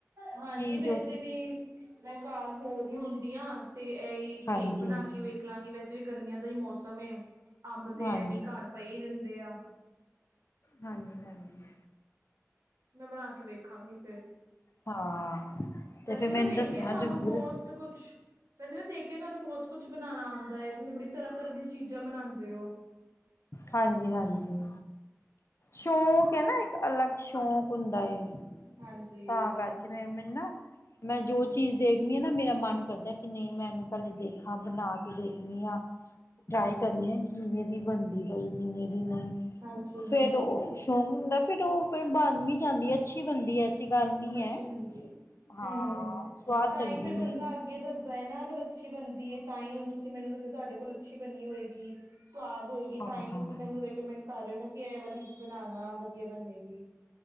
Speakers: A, on the right; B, on the left.
A: ਹਾਂਜੀ
B: ਕਿ
A: ਵੈਸੇ
B: ਜੋ ਸਿੱਖ
A: ਵੀ ਮੈਂ ਘਰ ਬੋਰ ਹੀ ਹੁੰਦੀ ਆ ਤੇ ਇਹੀ
B: ਹਾਂਜੀ
A: ਕੇਕ ਬਣਾ ਕੇ ਵੇਖ ਨਿਕਲਾਂਗੇ ਵੈਸੇ ਵੀ ਗਰਮੀਆਂ ਦਾ ਹੀ ਮੌਸਮ ਏ ਅੰਬ ਤੇ
B: ਹਾਂਜੀ
A: ਐਵੇਂ ਘਰ ਪਏ ਹੀ ਰਹਿੰਦੇ ਆ
B: ਹਾਂਜੀ ਹਾਂਜੀ
A: ਮੈਂ ਬਣਾ ਕੇ ਵੇਖਾਂਗੀ ਫਿਰ
B: ਹਾਂ ਤੇ
A: ਵੈਸੇ
B: ਫਿਰ ਮੈਨੂੰ
A: ਮੈਂ, ਵੇਖਿਆ
B: ਦੱਸਣਾ
A: ਤੁਹਾਨੂੰ
B: ਜ਼ਰੂਰ
A: ਬਹੁਤ ਕੁਛ ਵੈਸੇ ਮੈਂ ਦੇਖਿਆ ਤੁਹਾਨੂੰ ਬਹੁਤ ਕੁੱਛ ਬਣਾਉਣਾ ਆਉਂਦਾ ਹੈਏ। ਤੁਸੀਂ ਬੜੀ ਤਰ੍ਹਾਂ-ਤਰ੍ਹਾਂ ਦੀ ਚੀਜ਼ਾਂ ਬਣਾਉਂਦੇ ਹੋ!
B: ਹਾਂਜੀ-ਹਾਂਜੀ ਸ਼ੌਕ ਹੈ ਨਾ ਇੱਕ ਅਲੱਗ ਸ਼ੌਕ ਹੁੰਦਾ ਹ
A: ਹਾਂਜੀ
B: ਤਾਂ
A: ਉਹੀ
B: ਕਰਕੇ ਟਾਈਮ ਮਿਲਣਾ ਮੈਂ ਜੋ ਚੀਜ਼ ਦੇਖਣੀ ਆ ਨਾ ਮੇਰਾ ਮਨ ਕਰਦਾ ਕਿ ਨਹੀਂ ਮੈਂ ਇਹਨੂੰ ਪਹਿਲੇ ਦੇਖ ਅੱਖਾਂ ਬਣਾ ਕੇ ਦੇਖਣੀ ਆ ਟਰਾਈ ਕਰਨੀ ਆ ਕਿਵੇਂ ਇਹਦੀ ਬਣਦੀ ਕੋਈ ਵੀ ਮੇ ਦੀ ਨਾਲ
A: ਹਾਂਜੀ
B: ਫਿਰ
A: ਹਾਂਜੀ
B: ਉਹ ਸ਼ੌਕ ਹੁੰਦਾ ਫਿਰ ਉਹ ਫਿਰ ਬਣ ਵੀ ਜਾਂਦੀ ਅੱਛੀ ਬਣਦੀ ਹੈ ਗੱਲ ਨਹੀਂ
A: ਬੱਚੀ
B: ਹੈ।
A: ਬਣਦੀ
B: ਹਾਂ
A: ਹੂ
B: ਸਵਾਦ
A: ਤਾਂ
B: ਲੱਗਦੀ
A: ਹੀ ਫਿਰ ਬੰਦਾ
B: ਏ।
A: ਅੱਗੇ ਦੱਸਦਾ ਹੈ ਨਾ ਅਗਰ ਅੱਛੀ ਬਣਦੀ ਹੈਏ ਤਾਂ ਹੀ ਹੁਣ ਤੁਸੀਂ ਮੈਨੂੰ ਦੱਸਿਆ ਤੁਹਾਡੇ ਕੋਲ ਅੱਛੀ ਬਣੀ ਹੋਏਗੀ ਸਵਾਦ ਹੋਏਗੀ
B: ਹਾਂ
A: ਤਾਂ ਹੀ
B: ਹਾਂ
A: ਤੁਸੀਂ ਮੈਨੂੰ ਰਿਕਮੈਂਡ ਕਰ ਰਹੇ ਹੋ ਨਾ ਕਿ ਇਹ ਵਾਲੀ ਬਣਾਉਣਾ ਵਧੀਆ ਬਨੇਗੀ